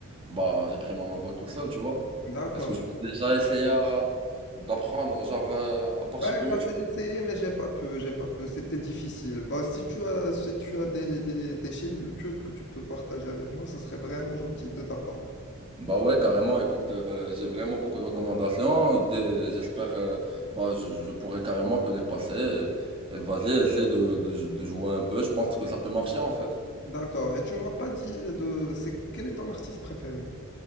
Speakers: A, on the right; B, on the left.
A: bah j'ai pris mon envol tout seul, tu vois.
B: D'accord.
A: Est-ce que tu as déjà essayé à- d'apprendre genre euh, à partir
B: Ouais,
A: de
B: j'avais
A: YouTube?
B: essayé, mais j'ai pas pu, j'ai pas pu. C'était difficile. Bah, si tu as, si tu as des, des, des chaînes YouTube que tu peux partager avec moi, ça serait vraiment gentil de ta part.
A: Bah ouais, carrément. Écoute, euh, j'ai vraiment beaucoup de recommandations. Des- J'espère, euh, bah, je, je pourrais carrément te les passer. Et- et Vas-y, essaie de, de- de jouer un peu. Je pense que ça peut marcher en fait.
B: D'accord. Et tu m'as pas dit de, c'est, quel est ton artiste préféré?